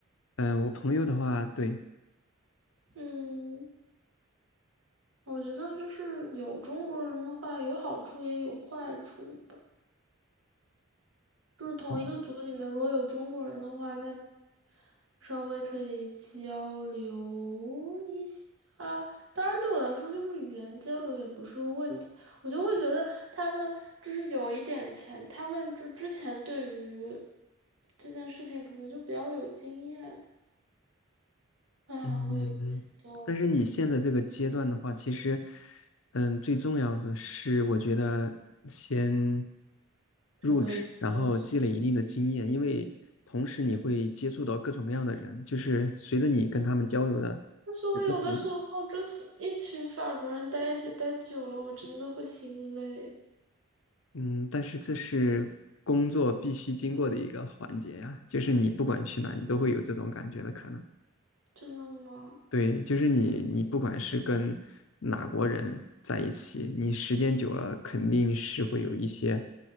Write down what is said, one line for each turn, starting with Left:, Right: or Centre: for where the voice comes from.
Left: 嗯，我朋友的话，对，
Right: 嗯，我觉得就是有中国人的话，有好处也有坏处吧。就是同一个组里面，
Left: 嗯
Right: 如果有中国人的话，那稍微可以交流一下。当然，对我来说，就是语言交流也不是问题。我就会觉得他们就是有一点钱，他们就之前对于这件事情可能就比较有经验。啊，
Left: 嗯，
Right: 我也不知道，
Left: 但是你现在这个阶段的话，其实，嗯，最重要的是，我觉得先
Right: <laughs>
Left: 入职，
Right: 找到一份工作。
Left: 然后积累一定的经验，因为同时你会接触到各种各样的人，就是随着你跟他们交流的
Right: 但是我有的时候真是一群法国人待一起待久了，
Left: 有不同，
Right: 我真的会心累，
Left: 嗯，但是这是工作必须经过的一个环节呀，就是你不管去哪，你都会有这种感觉的可能。
Right: 真的吗？
Left: 对，就是你，你不管是跟哪国人在一起，你时间久了肯定是会有一些，